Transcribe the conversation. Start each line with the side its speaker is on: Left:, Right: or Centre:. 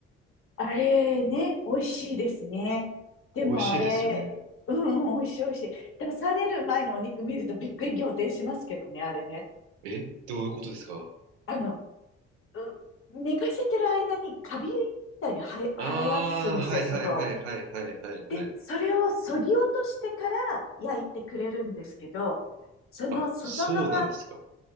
Left: あれね、美味しいですね。でもあれ、
Right: 美味しいですよね。
Left: うんうん、美味しい美味しい。でもされる前のお肉見るとびっくり仰天しますけどね、あれね。
Right: え、どういうことですか
Left: あの、う寝かせてる間にカビみたいに生え、生やすんですよ、
Right: ああ、はいはいはいはいはいはいはい。
Left: 外を。で、それを削ぎ落としてから焼いてくれるんですけど、その外側、
Right: あ、そうなんですか。